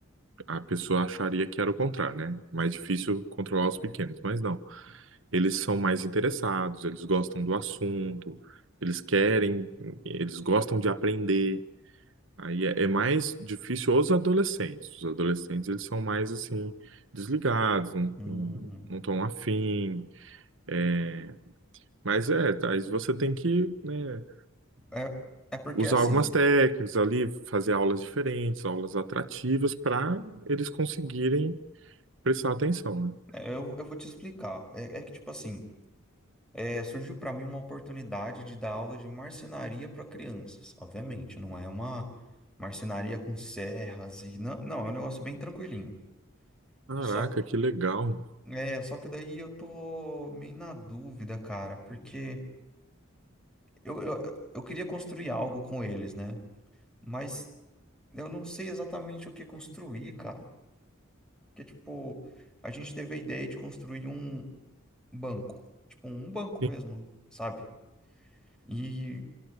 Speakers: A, on the right; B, in the centre.
A: A pessoa acharia que era o contrário, né? Mais difícil controlar os pequenos, mas não. Eles são mais interessados, eles gostam do assunto, eles querem, eles gostam de aprender. Aí é, é mais difícil os adolescentes. Os adolescentes, eles são mais, assim, desligados, não,
B: Hum,
A: não, não estão afim é, Mas é, tá, aí você tem que, né,
B: é, é porque
A: usar
B: assim,
A: algumas técnicas ali, fazer aulas diferentes, aulas atrativas, para eles conseguirem prestar atenção, né?
B: é, eu, eu vou te explicar. É, é que, tipo assim, é, surgiu para mim uma oportunidade de dar aula de marcenaria para crianças. Obviamente, não é uma marcenaria com serras e não, não, é um negócio bem tranquilinho.
A: Caraca,
B: Só que,
A: que legal.
B: é, só que daí eu tô meio na dúvida, cara, porque eu, eu, eu queria construir algo com eles, né? Mas eu não sei exatamente o que construir, cara. Porque, tipo, a gente teve a ideia de construir um banco, tipo, um banco
A: En-
B: mesmo, sabe? E